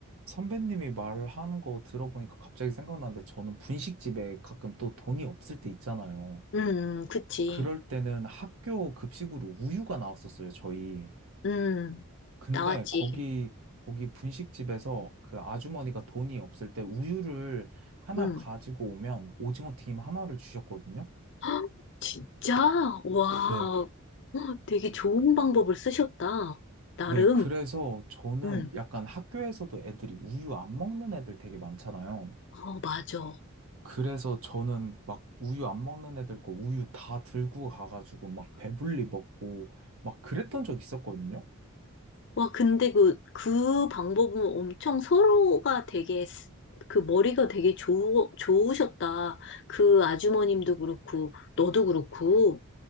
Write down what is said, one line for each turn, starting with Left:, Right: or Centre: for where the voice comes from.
Right: 선배님이 말하는 거 들어보니까 갑자기 생각나는데 저는 분식집에 가끔 또 돈이 없을 때 있잖아요.
Left: 음, 음, 그치.
Right: 그럴 때는 학교 급식으로 우유가 나왔었어요, 저희.
Left: 음,
Right: 근데
Left: 나왔지.
Right: 거기, 거기 분식집에서 그 아주머니가 돈이 없을 때 우유를 하나
Left: 응.
Right: 가지고 오면 오징어 튀김 하나를 주셨거든요.
Left: 헉, 진짜? 와,
Right: 네.
Left: 헉, 되게 좋은 방법을 쓰셨다. 나름.
Right: 네, 그래서 저는
Left: 응.
Right: 약간 학교에서도 애들이 우유 안 먹는 애들 되게 많잖아요.
Left: 어, 맞아. 와,
Right: 그래서 저는 막 우유 안 먹는 애들 거 우유 다 들고 가가지고 막 배불리 먹고 막 그랬던 적 있었거든요.
Left: 와, 근데 그, 그 방법은 엄청 서로가 되게, 스- 그 머리가 되게 좋, 좋으셨다. 그 아주머님도 그렇고, 너도 그렇고.